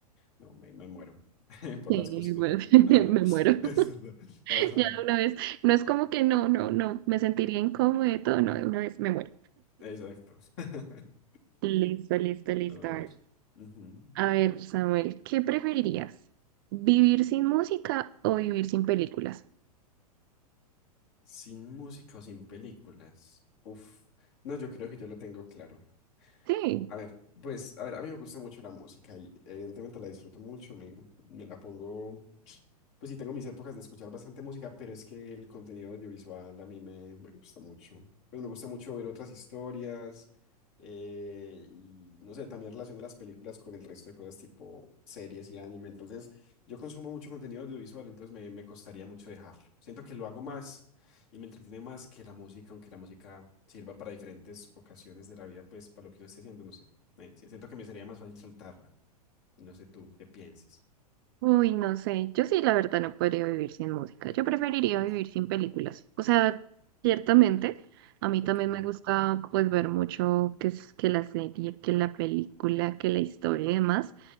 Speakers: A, on the left; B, on the right.
A: no, me, me muero <laughs> por
B: Sí,
A: las costumbres.
B: pues, <laughs>
A: Ajá,
B: me muero.
A: <laughs> es verdad. Ajá,
B: <laughs> Ya de una vez, no es como que no, no, no, me sentiría incómodo y todo, no, de una vez me muero.
A: exacto. <laughs>
B: Listo, listo, listo.
A: A ver.
B: A ver,
A: Ujú.
B: a ver, Samuel, ¿qué preferirías? ¿Vivir sin música o vivir sin películas?
A: Sin música o sin películas. Uf. No, yo creo que yo lo tengo claro.
B: Sí,
A: A ver, pues, a ver, a mí me gusta mucho la música y evidentemente la disfruto mucho, me, me la pongo Pues sí, tengo mis épocas de escuchar bastante música, pero es que el contenido audiovisual a mí me, me gusta mucho. Pues me gusta mucho ver otras historias eh, y no sé, también relaciono las películas con el resto de cosas tipo series y anime. Entonces, yo consumo mucho contenido audiovisual, entonces me, me costaría mucho dejarlo. Siento que lo hago más y me entretiene más que la música, aunque la música sirva para diferentes ocasiones de la vida, pues para lo que uno esté haciendo, no sé. Eh, sí, siento que me sería más fácil soltarla. No sé tú qué pienses.
B: uy, no sé, yo sí, la verdad, no podría vivir sin música. Yo preferiría
A: Ok.
B: vivir sin películas. O sea, ciertamente, a mí
A: Ok.
B: también me gusta, pues, ver mucho que, es- que la serie, que la película, que la historia y demás.